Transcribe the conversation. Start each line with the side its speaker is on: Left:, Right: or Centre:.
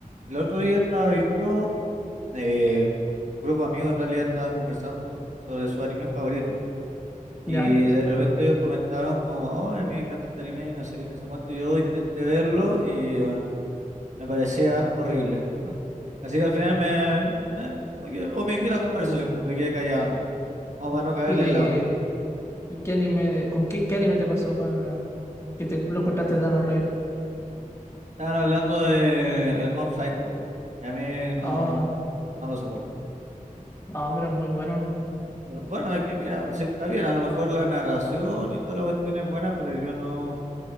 Right: El otro día estaba viendo, eh, un grupo de amigos en realidad estaban conversando sobre su anime favorito. Y
Left: Ya.
Right: de repente ellos comentaron como, oh, a mí me encanta este anime y no sé qué, no sé cuánto. Y yo intenté verlo y bueno, me parecía horrible. <laughs> Así que al final me, me- como que omití la conversación, pues me quedé callado nomás, como para no cagarle
Left: ¿Y de
Right: en la banda.
Left: y qué anime, con qué, qué anime te pasó cua- que te lo encontraste tan horrible?
Right: Estaban hablando de el Mob Psycho, y a mí no,
Left: Ah,
Right: no lo soporto.
Left: ah, pero es muy bueno.
Right: Pero Bueno, es que mira, sí, está bien, a lo mejor la narración y toda la cuestión es buena, pero yo no